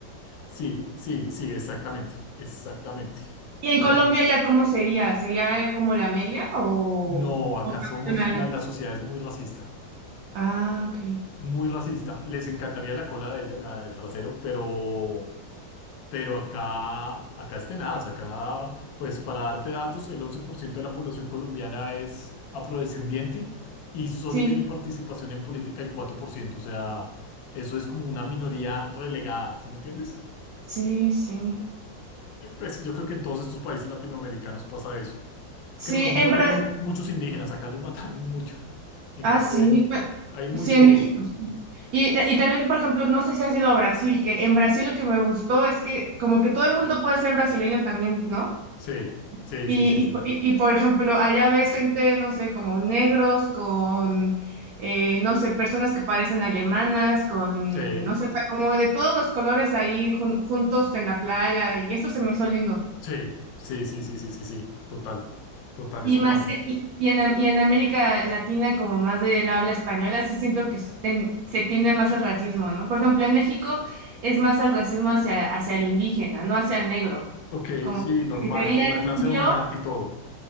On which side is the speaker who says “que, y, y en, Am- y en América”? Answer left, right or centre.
Right